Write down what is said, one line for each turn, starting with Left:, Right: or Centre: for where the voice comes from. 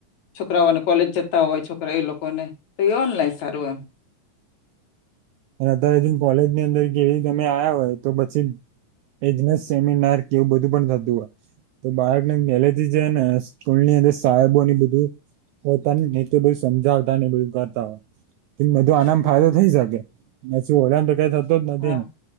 Left: છોકરાઓને કોલેજ જતા હોય છોકરાએ લોકોને તો એ ઓનલાઈન સારું એમ,
Right: અને અત્યારે કોલેજ ની અંદર કે તમે આયા હોય તો પછી, એજને સેમિનાર કેવું બધું પણ થતું હોય તો બાળકને મેલે, જે નેલની અંદર સાહેબોની બધું, તને નેતે બધું સમજાવતા ને બંધ કરતા હોય, બધો આનામ
Left: હમ
Right: ફાયદો થઈ શકે પછી ઓલાને તો ક
Left: હા
Right: થઈ.